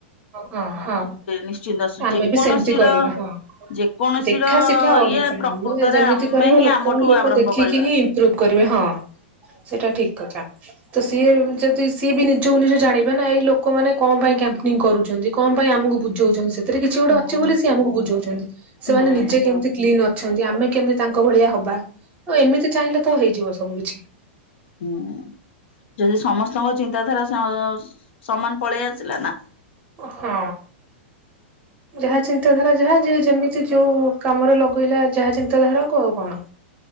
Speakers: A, on the right; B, on the left.
A: ହଁ ହଁ
B: ନିଶ୍ଚିନ୍ତ
A: ଆମେ
B: ଯେକୌଣସି
A: ବି ସେମତି କରିବା
B: ର
A: ହଁ।
B: ଯେକୌଣସି
A: ଦେଖା
B: ର
A: ଶିଖା ଓଡିଶା
B: ଇଏ ପ୍ରକୃତରେ
A: ଆମେ ଏ ଯେମିତି
B: ଆମେ
A: କରିବା
B: ହିଁ
A: ଲୋକଙ୍କୁ
B: ଆମଠୁ
A: ଲୋକ
B: ଆରମ୍ଭ
A: ଦେଖିକି
B: କରିବା।
A: ହିଁ ଇମ୍ପ୍ରୁଭ କରିବେ। ହଁ ସେଇଟା ଠିକ କଥା। ତ ସିଏ ଯଦି ସିଏ ବି ନିଜକୁ ନିଜ ଜାଣିବେ ନା ଏଇ ଲୋକମାନେ କଣ ପାଇଁ କା ନୀଙ୍ଗି କରୁଛନ୍ତି କଣ ପାଇଁ ଆମକୁ ବୁଝଉଛନ୍ତି ସେଥିରେ କିଛି ଗୋଟେ
B: ହୁଁ।
A: ଅଛି ବୋଲି ସେ ଆମକୁ ବୁଝାଉଛନ୍ତି
B: ହୁଁ
A: ସେମାନେ ନିଜେ କେମିତି କ୍ଲିନ ଅ ଛଅନ୍ତି ଆମେ କେମିତି ତାଙ୍କ ଭଳିଆ ହବା ଏମିତି ଚାହିଁଲେ ତ ହେଇଯିବ ସବୁ କିଛି।
B: ହୁଁ ଯଦି ସମସ୍ତଙ୍କ ଚିନ୍ତାଧାରା ସଅ ସମାନ ପଳେଇ ଆସିଲା ନା
A: ହଁ! ଯାହା ଚିନ୍ତାଧାରା ଯାହା ଯିଏ ଯେମିତି ଯୋଉ କାମରେ ଲଗେଇଲା ଯାହା ଚିନ୍ତାଧାରା ଆଉ କଣ!